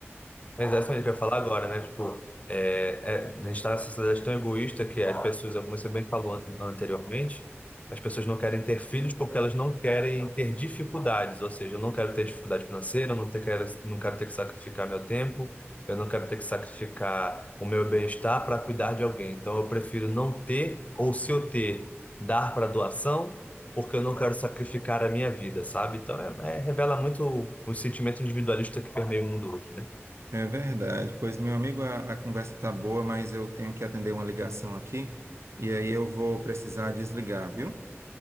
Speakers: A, on the left; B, on the right.
A: Exatamente o que eu ia falar agora, né? Tipo, é, é, a gente está nessa sociedade tão egoísta que as pessoas, como você bem falou an- anteriormente, as pessoas não querem ter filhos porque elas não querem ter dificuldades. Ou seja, eu não quero ter dificuldade financeira, eu não, ter, quero, não quero ter que sacrificar meu tempo, eu não quero ter que sacrificar o meu bem-estar para cuidar de alguém. Então, eu prefiro não ter, ou se eu ter, dar para doação, porque eu não quero sacrificar a minha vida, sabe? Então, é, é- revela muito o sentimento individualista que permeia o mundo hoje, né?
B: É verdade. Pois, meu amigo, a, a conversa tá boa, mas eu tenho que atender uma ligação aqui e aí eu vou precisar desligar, viu?